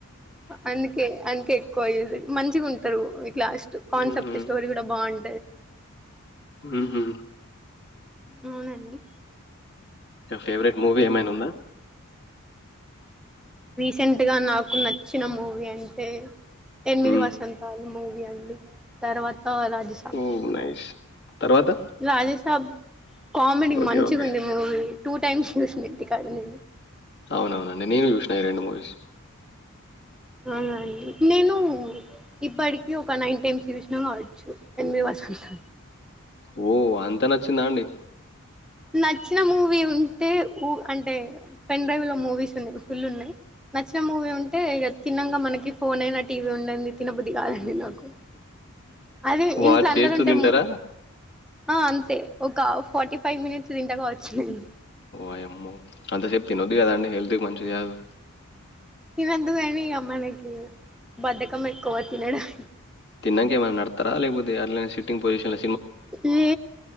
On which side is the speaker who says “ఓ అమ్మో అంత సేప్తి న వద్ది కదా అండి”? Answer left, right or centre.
Left